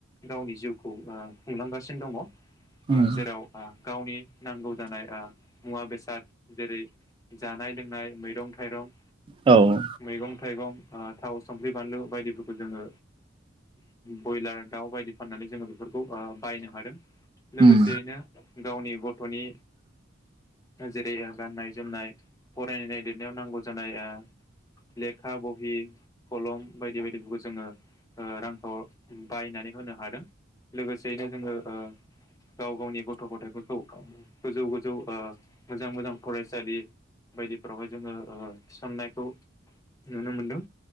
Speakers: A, on the left; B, on the right.
A: गावनि जिउखौ ओ खुंलांगासिनो दङ ओ
B: उम
A: जेराव आ गावनि नांगौ जानाय ओ मुवा बेसाद जेरै जानाय लोंनाय मैरं थाइरं
B: औ
A: मैगं थाइगं ओ थाव संख्रि बानलु बायदिफोरखौ जोङो बयलार दाउ बायदि फाननानै जोङो बेफोरखौ ओ बायनो हादों
B: उम
A: लोगोसेयैनो गावनि गथ'नि जेरै गाननाय जोमनाय फरायनाय लिरनायाव नांगौ जानाय ओ लेखा बहि हि खलम बायदि बायदिफोरखौ जोङो ओ रांखौ बायनानै होनो कलम बायदि बायदि फोरखौ जोङो बायनानै होनो हादों लोगोसेयैनो जोङो ओ गाव गावनि गथ' गथायाइफोरखौ गोजौ गोजौ ओ मोजां मोजां फरायसालि बायदिफोरावहाय जोङो ओ थिसननायखौ नुनो मोनदों